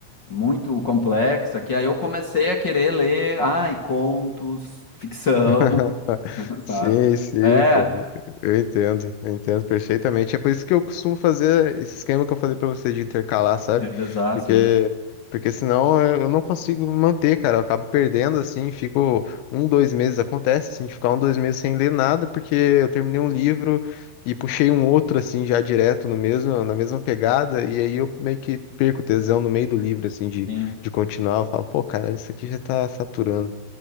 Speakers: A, on the left (about 50°); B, on the left (about 85°).
A: muito complexa, que aí eu comecei a querer ler, ai, contos, ficção,
B: <laughs>
A: <laughs> sabe?
B: Sim, sim,
A: É,
B: pô. Eu entendo, eu entendo perfeitamente. É por isso que eu costumo fazer esse esquema que eu falei pra você de intercalar, sabe?
A: revezar,
B: Porque,
A: sim.
B: porque senão eu eu não consigo manter, cara. Eu acabo perdendo, assim, fico um, dois meses. Acontece, assim, de ficar um, dois meses sem ler nada, porque eu terminei um livro e puxei um outro, assim, já direto no mesmo, na mesma pegada. E aí eu meio que perco o tesão no meio do livro, assim, de,
A: Sim,
B: de continuar. Eu falo, pô, cara, isso aqui já tá saturando.